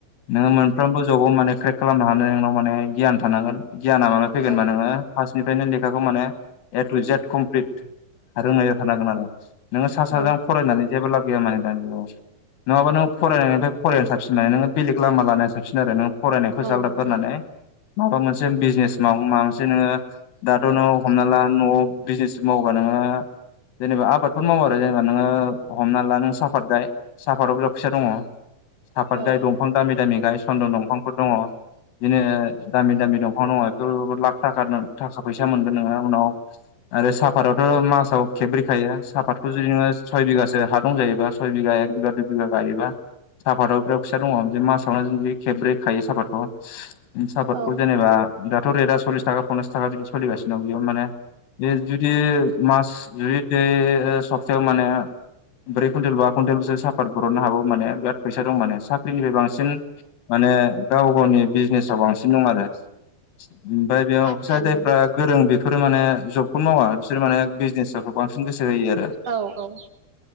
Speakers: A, on the left (about 85°); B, on the right (about 50°).
A: नोङो मोनफ्रोमबो जबाव माने क्रेक खालामनो हानो नोंनाव माने गियान थानांगोन। गियाना माबा फैगोनबा
B: औ
A: नोङो फास्त निफ्रायनो लेखाखौ माने ए टु जेद कमप्लिट रोंनाय जाथारनांगोन आरो। नोङो सा साज्रां
B: औ
A: फरायनानै जेबो लाब गैया माने दानि जुगाव। नङाबा नोंङो फरायनायनिफ्राय फरायैआनो साबसिन माने नोङो बेलेग लामा लानाया साबसिन आरो नों । फरायनायखौ
B: औ
A: जालदाब
B: नंगौ
A: गारनानै माबा मोनसे बिजनेस माव माबा मोनसे नोङो दाथ' नों हमना ला न'आव बिजनेस मावोबा नोङो ओ जेनेबा आबादफोर मावो आरो जेनेबा नोङो हमना ला नों साफात गाय साफातआव बिराद फैसा दङ साफात
B: औ
A: गाय दंफां दामि दामि गाय सन्दन' दंफांफोर दङ। बिदिनो दामि -दामि दंफां दङ इफोरावबो लाख थाखा थाखा फैसा मोनगोन नोङो उनाव। आरो सापातआवथ' मासाव खेब्रै खायो सापातखौ जुदि नोङो सय बिगासो हा दं जायोबा सय बिघा एक बिगा दुय बिगा गायोबा सापातआव बिराद फिसा दङ मासावनो जों खेब्रै खायो सापातखौ । सापातखौ
B: औ
A: जेनेबा दाथ' रेटआ सल्लिस थाखा पनसास थाखा बिदि सोलिगासिनो दं बेयावनो माने बे जुदि मास जु <unintelligible> सप्तायाव माने ब्रै कुन्तेल बा कुन्तेल सो सा पात बरननो हागौ माने बिराद फैसा दं माने सा पात फोरनिफ्राय बांसिन माने गाव गावनि बिजनेसाव बांसिन दं आरो । ओमफ्राय बेयाव
B: नंगौ
A: जाय जायफ्रा गोरों बेफोरो माने जबखौनो मावा बिसोर माने बिजनेस आ व बांसिन गोसो होयो आरो
B: औ नंगौ